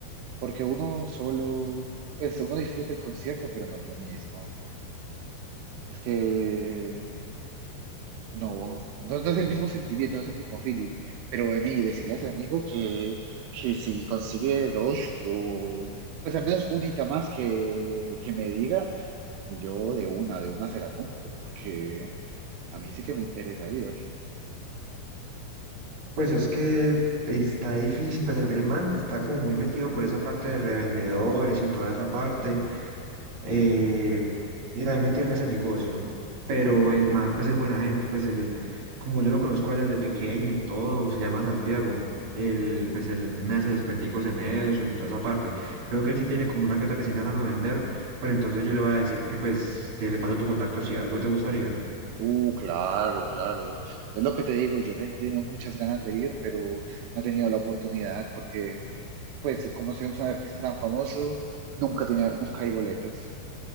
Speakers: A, on the right (about 85°); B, on the right (about 65°).
A: porque uno solo, pues uno disfruta el concierto, pero no es lo mismo, es que no, no, no es el mismo sentimiento, no es el mismo feeling, pero ven y decirle a ese amigo que, que si consigue dos o... Pues al menos un unita más que, que me diga, y Yo de una, de una se la compro, porque a mí sí que me interesa ir.
B: Pues es que está difícil, pues el, el man está como muy metido por esa parte de revendedores y toda esa parte, eh, y también metido en ese negocio. Pero el man, pues es buena gente, pues el como yo lo conozco a él desde pequeño y todo, se llama Santiago. Él, pues él me hace descuenticos en eso y toda esa parte. Creo que él sí tiene como una que que se intentando vender, pero entonces yo le voy a decir que pues que le paso tu contacto si algo te gustaría.
A: Uh, claro, claro. Es lo que te digo, yo te- tenía muchas ganas de ir, pero no he tenido la oportunidad, porque, pues, como soy un artista tan famoso, nunca tiene, nunca hay boletas.